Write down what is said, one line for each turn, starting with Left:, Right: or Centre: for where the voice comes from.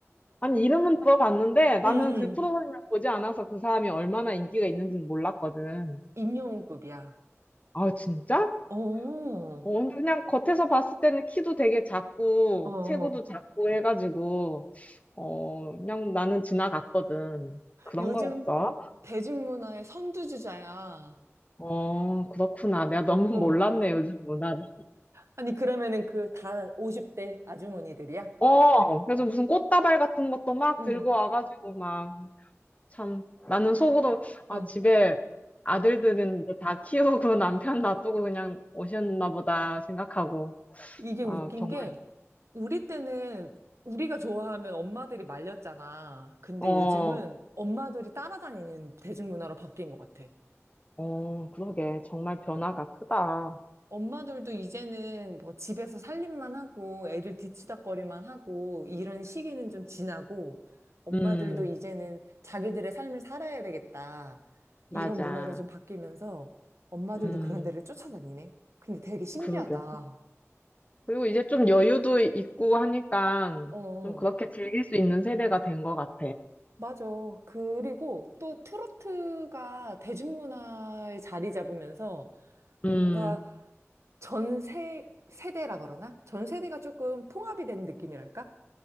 Left: 아니, 이름은 들어봤는데 나는
Right: 응,
Left: 그
Right: 응.
Left: 프로그램을 보지 않아서 그 사람이 얼마나 인기가 있는지는 몰랐거든.
Right: 임영웅급이야.
Left: 아, 진짜?
Right: 어,
Left: 어, 근데 그냥 겉에서 봤을 때는 키도 되게 작고,
Right: 어.
Left: 체구도 작고 해가지고, 어, 그냥 나는 지나갔거든. 그런
Right: 요즘
Left: 거였어?
Right: 대중문화의 선두주자야.
Left: 어, 그렇구나. 내가 너무
Right: 어.
Left: 몰랐네, 요즘 문화를.
Right: 아니, 그러면은 그 다 50대 아주머니들이야?
Left: 어, 그래서 무슨 꽃다발 같은 것도 막
Right: 응.
Left: 들고 와가지고 막 참, 나는 속으로,
Right: 어.
Left: 아, 집에 아들들은 이제 다 키우고 <laughs> 남편 놔두고 그냥 오셨나 보다 생각하고,
Right: 이게
Left: 아,
Right: 웃긴
Left: 정말,
Right: 게, 우리 때는 우리가 좋아하면 엄마들이 말렸잖아. 근데
Left: 어,
Right: 요즘은 엄마들이 따라다니는 대중문화로 바뀐 것 같아.
Left: 어, 그러게. 정말 변화가 크다.
Right: 엄마들도 이제는 뭐 집에서 살림만 하고 애들 뒤치다꺼리만 하고 이런 시기는 좀 지나고 엄마들도
Left: 음,
Right: 이제는 자기들의 삶을 살아야 되겠다. 이런
Left: 맞아.
Right: 문화로 좀 바뀌면서 엄마들도
Left: 음,
Right: 그런 데를 쫓아다니네. 근데 되게 신기하다.
Left: 그러게. 그리고 이제 좀 여유도 있고 하니까
Right: 어,
Left: 좀 그렇게 즐길 수 있는 세대가 된 것 같아.
Right: 맞아. 그리고 또 트로트가 대중문화에 자리 잡으면서 뭔가
Left: 음,
Right: 전 세, 세대라 그러나? 전 세대가 조금 통합이 된 느낌이랄까?